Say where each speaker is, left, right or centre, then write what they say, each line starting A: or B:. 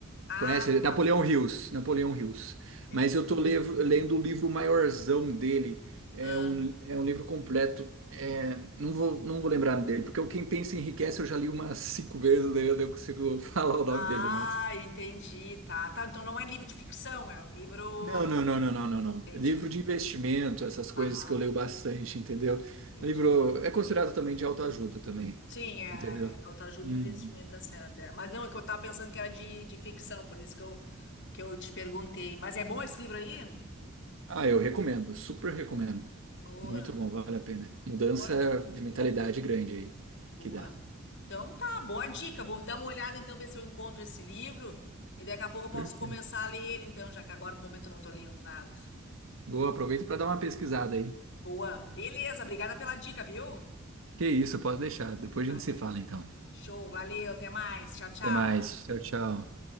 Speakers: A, on the left (about 55°); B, on the right (about 65°).
A: Ah,
B: Conhece? É
A: tá.
B: Napoleão Hills. Napoleão Hills.
A: Entendi.
B: Mas eu tô levo- lendo o livro maiorzão dele. É
A: Ah,
B: um, é um livro completo. É, não vou, não vou lembrar dele, porque o Quem Pensa Enriquece eu já li umas cinco vezes, daí eu não consigo <laughs> falar o nome
A: ah,
B: dele, mas
A: entendi. Tá, tá. Então não é livro de ficção, é um livro.
B: Não, não, não, não, não, não, não.
A: Entendi.
B: Livro de investimento, essas coisas
A: Aham,
B: que eu leio bastante, entendeu?
A: entendi.
B: Livro é considerado também de autoajuda também,
A: Sim, é,
B: entendeu?
A: é autoajuda
B: Uhum.
A: e investimento, tá certo. é. Mas não, é que eu estava pensando que era de, de ficção, por isso que eu, que eu te perguntei. Mas é bom esse livro aí?
B: Ah, eu recomendo, super recomendo.
A: Boa. Boa.
B: Muito bom, vale a pena. Mudança
A: Boa. di-
B: de mentalidade grande aí
A: boa.
B: que dá.
A: Então tá, boa dica. Vou dar uma olhada então, ver se eu encontro esse livro. E daqui a pouco eu posso
B: Perfeito.
A: começar a ler ele, então, já que agora no momento eu não estou lendo nada.
B: Boa, aproveita para dar uma pesquisada aí.
A: Boa. Beleza, obrigada pela dica, viu?
B: Que isso, pode deixar. Depois
A: Valeu.
B: a gente se fala então.
A: Show, valeu, até mais. Tchau, tchau.
B: Até mais. Tchau, tchau.